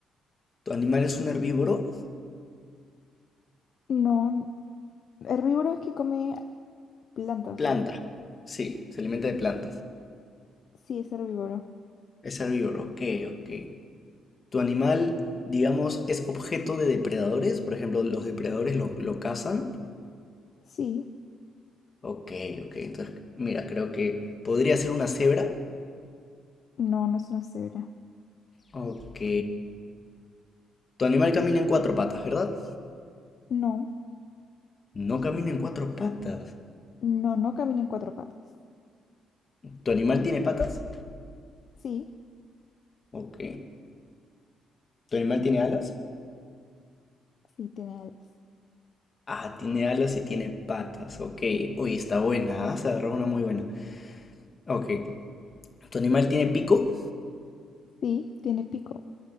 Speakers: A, on the left; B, on the left.
A: ¿tu animal es un herbívoro?
B: No. n- Herbívoro es que come plantas,
A: Planta.
B: ¿verdad?
A: Sí, se alimenta de plantas.
B: Sí, es herbívoro.
A: Es herbívoro. Ok, ok. ¿Tu animal, digamos, es objeto de depredadores? Por ejemplo, los depredadores lo, lo cazan.
B: Sí.
A: Ok, ok. Entonces, mira, creo que podría ser una cebra.
B: No, no es una cebra.
A: Ok. Tu animal camina en cuatro patas, ¿verdad?
B: No.
A: No camina en cuatro patas.
B: No, no camina en cuatro patas.
A: ¿Tu animal tiene patas?
B: Sí.
A: Ok. ¿Tu animal tiene alas?
B: Sí, tiene alas.
A: Ah, tiene alas y tiene patas. Ok. Oye, está buena, ¿ah? Se agarró una muy buena. Ok. ¿Tu animal tiene pico?
B: Sí, tiene pico.